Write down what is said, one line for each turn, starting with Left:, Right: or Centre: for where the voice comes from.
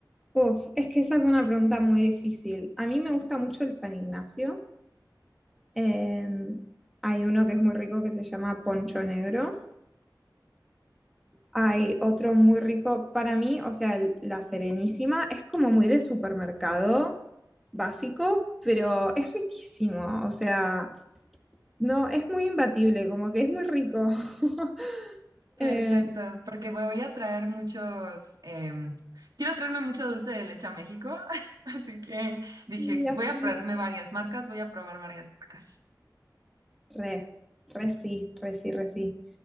Centre: Uf, es que esa es una pregunta muy difícil. A mí me gusta mucho el San Ignacio. Em, hay uno que es muy rico que se llama Poncho Negro. Hay otro muy rico para mí, o sea, el- la Serenísima es como muy de supermercado básico, pero es riquísimo, o sea, no, es muy imbatible, como que es muy rico. <laughs>
Right: Perfecto,
Centre: Eh,
Right: porque me voy a traer muchos, em, quiero traerme mucho dulce de leche a México, <laughs> así que dije,
Centre: y
Right: voy
Centre: así
Right: a traerme
Centre: es,
Right: varias marcas, voy a probar varias marcas.
Centre: re, re sí, re sí, re sí.